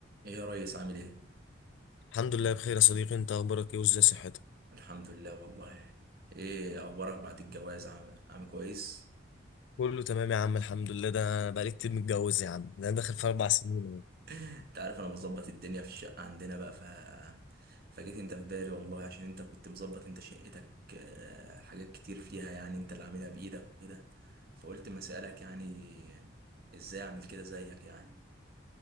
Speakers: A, on the right; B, on the left.
A: ايه يا ريس عامل ايه؟
B: الحمد لله بخير يا صديقي انت اخبارك ايه وازاي صحتك
A: الحمد لله والله ايه اخبارك بعد الجواز عامل عامل كويس؟
B: كله تمام يا عم الحمد لله ده بقالي كتير متجوز يا عم ده انا داخل في اربع سنين اهو.
A: <laughs> انت عارف انا بظبط الدنيا في الشقة عندنا بقى ف فجيت انت في بالي والله عشان انت كنت مظبط انت شقتك آه، حاجات كتير فيها يعني انت اللي عاملها بايدك وكده فقلت ما اسألك يعني ازاي اعمل كده زيك يعني